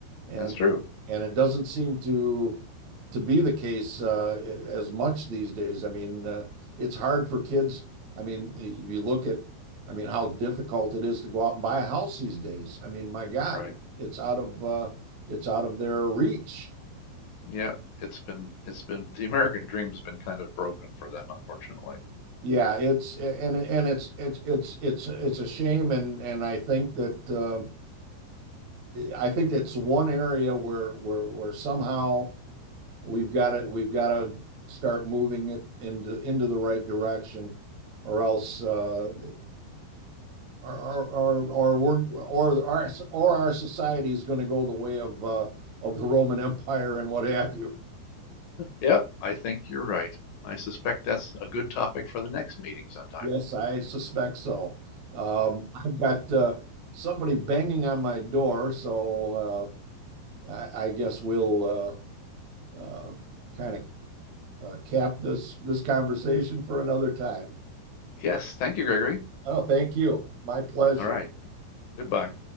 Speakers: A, on the right; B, on the left.
A: And
B: that's true.
A: and it doesn't seem to to be the case uh, as much these days. I mean, uh, it's hard for kids I mean, y- you look at, I mean, how difficult it is to go out and buy a house these days. I mean, my God,
B: Right.
A: it's out of uh, it's out of their reach.
B: Yep. It's been it's been the American dream's been kind of broken for them, unfortunately.
A: Yeah, it's and and it's it's it's it's it's a shame, and and I think that uh, I think it's one area where where where somehow we've got to we've got to start moving it into into the right direction, or else uh, Or or or our word or our or our society is going to go the way of uh, of the Roman Empire and what have you.
B: Yep, I think you're right. I suspect that's a good topic for the next meeting sometime.
A: Yes, I suspect so. Um, I've got uh, somebody banging on my door, so uh, I, I guess we'll uh, uh, kind of uh, cap this this conversation for another time.
B: Yes, thank you, Gregory.
A: Oh, thank you. My pleasure.
B: All right, goodbye.